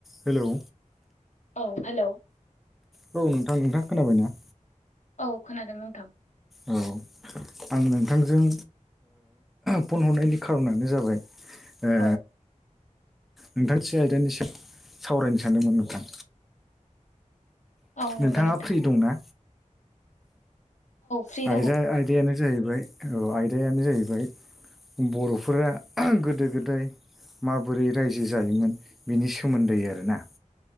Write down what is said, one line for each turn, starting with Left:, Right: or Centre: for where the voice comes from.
Centre: Hello
Left: औ hello
Centre: औ नोंथां नोंथां खोनाबाय ना?
Left: औ खोनादों नोंथां।
Centre: औ आं नोंथांजों फन हरनायनि खारनानो जाबाय ओ
Left: औ
Centre: नोंथांसे आयदानि सम सावरायनो सानदोंमोन नोंथां
Left: औ
Centre: नोंथाङा
Left: नंगौ नोंथां
Centre: फ्रि दंना?
Left: फ्रि
Centre: औ
Left: दङ
Centre: जाय आयदायानो जाहैबाय आयदायानो जाहैबाय बर'फोरा गोदो गोदाय माबोरै रायजो जायोमोन बिनि सोमोन्दै आरोना